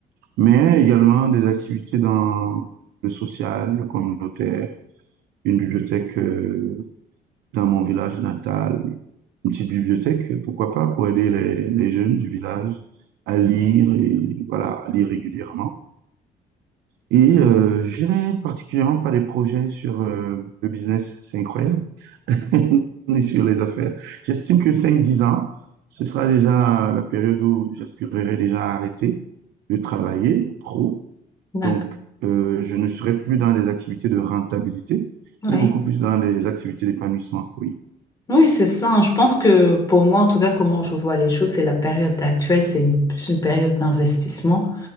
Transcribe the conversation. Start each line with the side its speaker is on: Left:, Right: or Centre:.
Right: mais également des activités dans le social, le communautaire, une bibliothèque, euh, dans mon village natal, une petite bibliothèque, pourquoi pas, pour aider les, les jeunes du village à lire et voilà, à lire régulièrement. Et euh, je n'ai particulièrement pas de projets sur euh, le business, c'est incroyable, <laughs> ni sur les affaires. J'estime que cinq dix ans, ce sera déjà la période où j'aspirerai déjà à arrêter de travailler trop.
Left: D'accord.
Right: Donc, euh, je ne serai plus dans les activités de rentabilité,
Left: Oui.
Right: mais beaucoup plus dans les activités d'épanouissement, oui.
Left: Oui, c'est ça. hein. Je pense que pour moi, en tout cas, comment je vois les choses, c'est la période actuelle, c'est une, c'est une période d'investissement